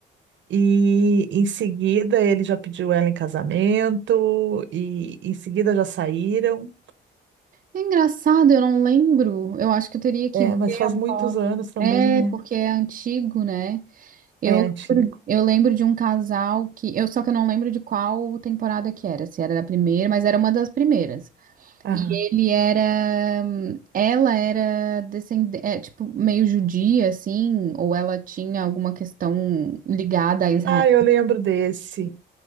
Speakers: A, on the right; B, on the right.
A: e em seguida ele já pediu ela em casamento, e em seguida já saíram,
B: É engraçado, eu não lembro. Eu acho que eu teria que
A: É, mas
B: ver
A: faz
B: a
A: muitos
B: foto.
A: anos também,
B: É,
A: né?
B: porque é antigo, né? Eu
A: É antigo.
B: lembro, eu lembro de um casal que. Eu, só que eu não lembro de qual temporada que era, se era da primeira, mas era uma das primeiras.
A: Aham.
B: E ele era, ela era descendente, é, tipo, meio judia, assim, ou ela tinha alguma questão ligada a Israel.
A: Ah, eu lembro desse.